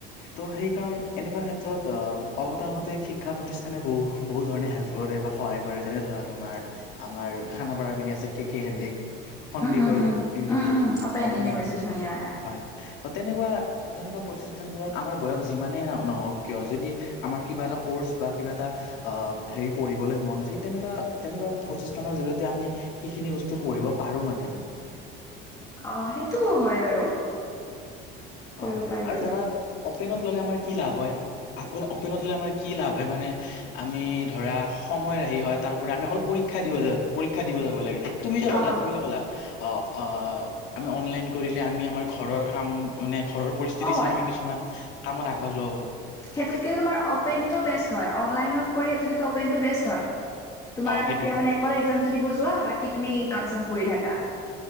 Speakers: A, on the left (about 70°); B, on the left (about 15°).
A: ত' সেইকাৰণ এনেকুৱা ক্ষেত্ৰত অ অগতানুগতিক শিক্ষা প্ৰতিষ্ঠানে বহু বহু ধৰণে হেল্প কৰে বা সহায় কৰে যেনে ধৰা তোমাৰ আমাৰ খানাপাৰাৰ পিনে আছে K K Handique. Sandikoi
B: um um
A: university
B: um Um
A: open
B: ইউনিভাৰ্চিটিখন
A: university
B: ইয়াৰ
A: হয় তেনেকুৱা তেনেকুৱা প্ৰতিষ্ঠানবোৰত আমাৰ বয়স যিমানেই ন নহওক কিয় যদি আমাৰ কিবা এটা কৰ্চ বা কিবা এটা আ হেৰি পঢ়িবলৈ মন তেনেকুৱা তেনেকুৱাবোৰ প্ৰতিষ্ঠানৰ জৰিয়তে আমি সেইখিনি বস্তু পঢ়িব পাৰো মানে
B: অ সেইটোও হয় বাৰু। কৰিব
A: অ
B: পাৰি
A: আৰু ধৰা অপেনত ললে আমাৰ কি লাভ হয় আপোন অ'পেনত ল'লে আমাৰ কি লাভ হয় মানে আমি ধৰা সময় ৰাহি হয় তাৰপৰা আমি অকল পৰীক্ষা দিব যা পৰীক্ষা দিব যাব লাগে তুমি
B: অ
A: যে কলা তুমি যে কলা। অ আ আমি অনলাইন কৰিলে আমি আমাৰ ঘৰৰ কাম মানে ঘৰৰ পৰিস্থিতি
B: অ
A: চাই আমি কিছুমান কামত আগভাগ ল'ব পাৰো।
B: সেটোতকেও তোমাৰ অপেনটো বেষ্ট হয়, অনলাইনত কৰি সেইটো যিটো অপেনটো বেষ্ট হয়। তোমাৰ
A: অ সেইটোৱে
B: তেতিয়া মানে অকল একজামটো দিব যোৱা বাকি তুমি কাম চাম কৰি থাকা।